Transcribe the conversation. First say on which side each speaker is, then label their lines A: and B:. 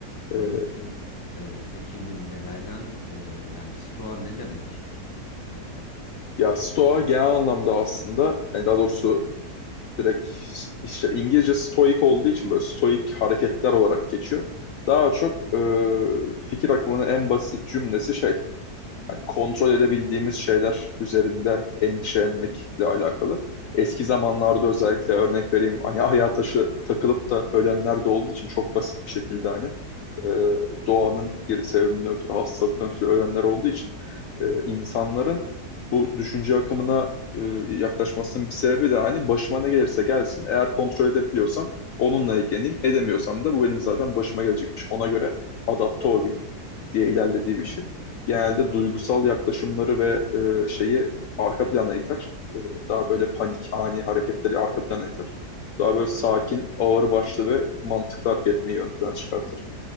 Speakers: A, on the left; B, on the left.
A: E,
B: Anladım. Ee, peki ne- nelerden ee, yani stoa ne demek?
A: ya Stoa genel anlamda aslında yani daha doğrusu direkt işte İngilizce stoik olduğu için böyle stoik hareketler olarak geçiyor. Daha çok e, fikir akımının en basit cümlesi şey hani kontrol edebildiğimiz şeyler üzerinde endişelenmekle alakalı. Eski zamanlarda özellikle örnek vereyim hani ayar taşı takılıp da ölenler de olduğu için çok basit bir şekilde hani e, doğanın bir sebebinden ötürü hastalıktan ötürü ölenler olduğu için e, insanların bu düşünce akımına e, yaklaşmasının bir sebebi de hani başıma ne gelirse gelsin eğer kontrol edebiliyorsam onunla ilgileneyim edemiyorsam da bu benim zaten başıma gelecekmiş ona göre adapte olayım diye ilerlediği bir şey
B: Hmm,
A: genelde duygusal yaklaşımları ve e, şeyi arka plana iter. E, daha böyle panik, ani hareketleri arka plana iter. Daha böyle sakin,
B: hı hı,
A: ağır
B: hı hı.
A: başlı ve mantıklı hareket etmeyi ön plana çıkartır.